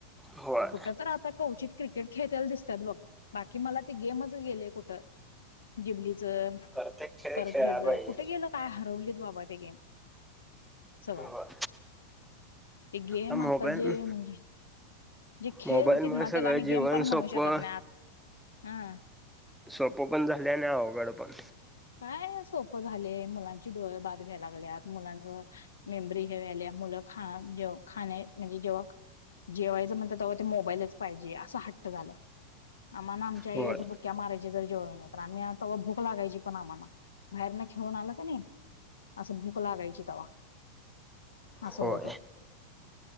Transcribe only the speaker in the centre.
होय
प्रत्येक खेळ
खेळायला
पाहिजे
ना
होय
आता
मोबाईल
मोबाईल
मुळे
सगळं
जीवन
सोपं
सोपं पण झालय आणि अवघड पण
होय
होय.